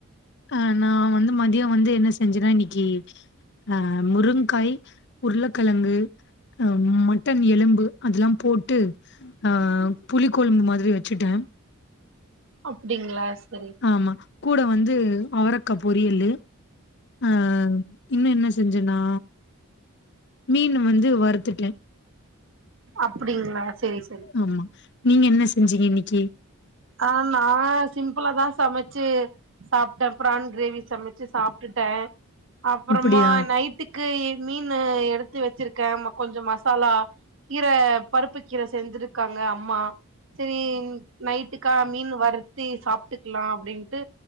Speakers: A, on the left; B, on the right.
A: அ நா வந்து மதியொ வந்து என்ன செஞ்சனா இன்னிக்கீ அ முருங்காய் உருளக்கிழங்கு அ மட்டன் எலும்பு அதெல்லா போட்டு ஆ புளி கொழும்பு மாதிரி வச்சுட்ட
B: அப்டிங்களா சரி
A: ஆமா கூட வந்து அவரக்கா பொரியலு அ இன்னு என்ன செஞ்சனா மீனு வந்து வறுத்துட்ட
B: அப்படிங்களா சேரி சேரி
A: ஆமா நீங்க என்ன செஞ்சீங்க இன்னக்கி
B: ஆ நா சிம்பிளா தா சமச்சு சாப்ட்ட பிரான் கிரேவி சமச்சு சாப்ட்டுட்ட அப்புறமா
A: அப்டியா
B: நைட்டுக் கு மீனு எடுத்து வச்சிருக்க கொஞ்சோ மசாலா கீர பருப்புக் கீர செஞ்சிருக்காங்க அம்மா செரி நைட் ட்டுக்கா மீன் வறுத்தி சாப்ட்டுக்கலா அப்டின்ட்டு